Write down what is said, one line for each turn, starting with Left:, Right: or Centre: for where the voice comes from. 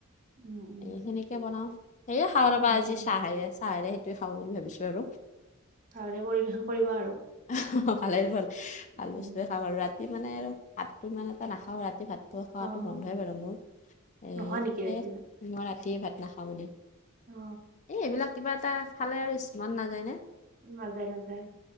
Right: উম, উম, উম, উম,
Left: এ, সেনেকে বনাওঁ, সেয়ে খাব নাপাওঁ,
Right: উম
Left: আজি চাহে, চাহেৰে সেইটোৱে খাওঁ বুলি ভাবিছো আৰু।
Right: চাহৰে, পৰিৱেশন কৰিব আৰু।
Left: অ, ভালেই হ'ল, ভাল
Right: উম,
Left: বস্তুৱয়ে খাম আৰু ৰাতি। মানে আৰু ভাতটো ইমান এটা নাখাওঁ, ৰাতি ভাতটো খোৱাতো
Right: অ',
Left: বন্ধই বাৰু মোৰ, এই
Right: নোখোৱা নেকি
Left: সেয়
Right: আজি
Left: মই ৰাতিয়ে ভাত নাখাওঁ মানে।
Right: অ,
Left: এই এইবিলাক কিবা এটা খালে আৰু ইচ, মান নাযায় নে?
Right: নাযায়, নাযায়,